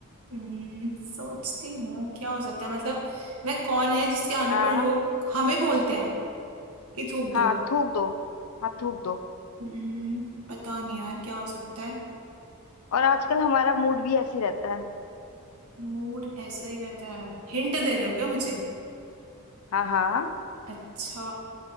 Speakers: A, on the right (about 80°); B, on the left (about 75°).
A: हम्म, सोचती हूँ क्या हो सकता है मतलब वह कौन है जिसके आने
B: हाँ
A: पर लोग हमें बोलते हैं कि थूक दो
B: हाँ थूक दो हाँ थूक दो
A: हम्म, पता नहीं यार क्या हो सकता है
B: और आजकल हमारा मूड भी ऐसे ही रहता है
A: मूड ऐसा ही रहता है हिंट दे रहे हो क्या मुझे
B: हाँ हाँ
A: अच्छा